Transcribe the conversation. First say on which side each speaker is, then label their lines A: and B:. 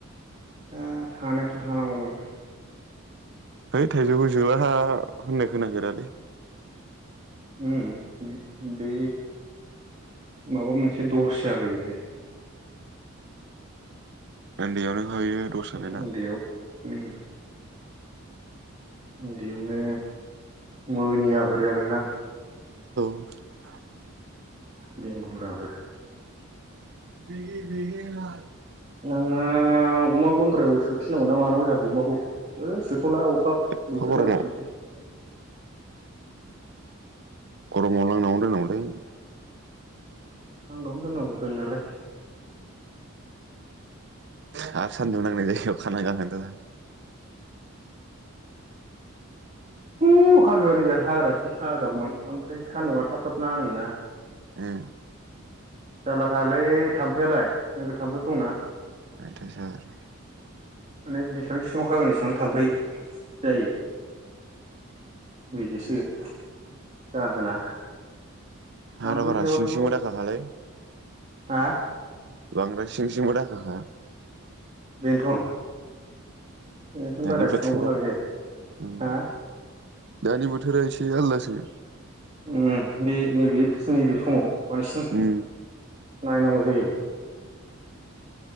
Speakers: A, on the right; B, on the right.
A: दा थानायाथ थानांगौमोन ।
B: है थाइजौखौ जोलाहा होननाय खोनाफेरालै ।
A: ओम बे माबा मोनसे दस जाबाय बे
B: ओन्दैयावनो होयो दस्सो
A: उन्दैयाव
B: बेना
A: उम उन्दैयावनो मोनियाफोर जादोंदां
B: <inaudible>
A: बेंगुराफोर
B: <unintelligible>
A: आंनो अमा गन फोराव सोफिनांगौ ना मानांगौ जागौ अमाखौ थला अखा
B: एफा
A: बोथोर
B: गरमाव
A: जाबासो
B: गरमाव लांदांआवनो दोननांगौलै ।
A: दांआवनो दोननांगौ दोननायालाय।
B: सा-सा-सान्दुं नांनाय जायगायाव खाना गालांदोबा
A: औ उ अखा हागोन आंनिबा हाग्रासो खाजागौमोन ओमफ्राय सान्दुंआ थाब थाब नाङोना ।
B: ए
A: जारला थालै थाम्फैयालाय नोगोर थाम्फैबो दंना।
B: आयथा सार
A: माने बिसेबांनि सिङाव खागोन एसेबां थाम्फै जायो। बिदिसो जाहोना थाम्फै
B: हार बारा
A: गैयाबाथ'
B: सिं सिंबो दाखाखालै।
A: हा
B: बांद्राय सिं सिंबो दाखाखा
A: बेनथन बेखायनो
B: दानि
A: बारा
B: बोथोरा
A: सिङावबो लांजाया
B: ओम
A: हा
B: दानि बोथोरा एसे आलादासो
A: उम बे नैबे नैबे समाव बांसिन
B: ओम
A: नायनांगौ जायो।